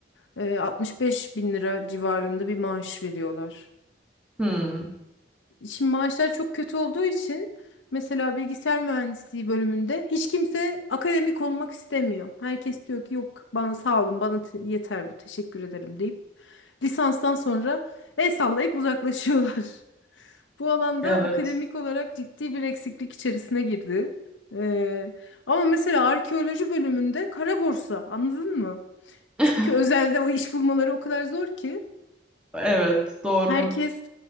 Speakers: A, on the left; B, in the centre.
A: e, 65 bin lira civarında bir maaş veriyorlar.
B: Hmm,
A: Şimdi maaşlar çok kötü olduğu için mesela bilgisayar mühendisliği bölümünde hiç kimse akademik olmak istemiyor. Herkes diyor ki yok bana sağ olun bana te- yeter bu teşekkür ederim deyip lisanstan sonra el sallayıp uzaklaşıyorlar. <laughs> Bu alanda
B: evet.
A: akademik olarak ciddi bir eksiklik içerisine girdi. Ee, ama mesela arkeoloji bölümünde kara borsa anladın mı?
B: <laughs>
A: Çünkü özelde o iş bulmaları o kadar zor ki.
B: Evet, doğru.
A: Herkes